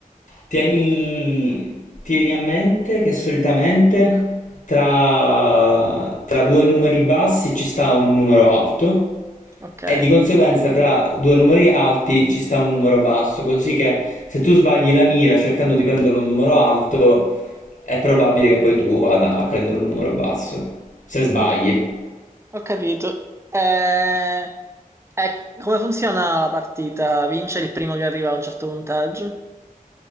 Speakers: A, on the left; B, on the right.
A: Tieni, tieni a mente che solitamente tra, tra due numeri bassi ci sta un numero alto
B: Ok,
A: e di conseguenza tra due numeri alti ci sta un numero basso, così che se tu sbagli la mira cercando di prendere un numero alto è probabile che poi tu vada a prendere un numero basso, se sbagli.
B: ho, c- ho capito. E, e come funziona la partita? Vince il primo che arriva a un certo punteggio?